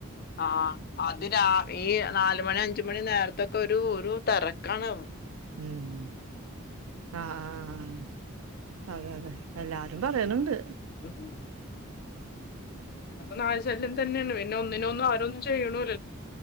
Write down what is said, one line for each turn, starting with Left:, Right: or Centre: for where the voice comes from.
Left: <unintelligible> നാലുമണി അഞ്ചുമണി നേരത്തൊക്കെ ഒരു ഒരു തറക്കാണ്
Right: ഉം ആ ആഹ് അതെ അതെ എല്ലാരും പറയാനുണ്ട്
Left: <unintelligible> നായ ശല്യം തന്നെയാണ് പിന്നെ ഒന്നിനൊന്ന് ആരന്നും ചെയ്യ <inaudible>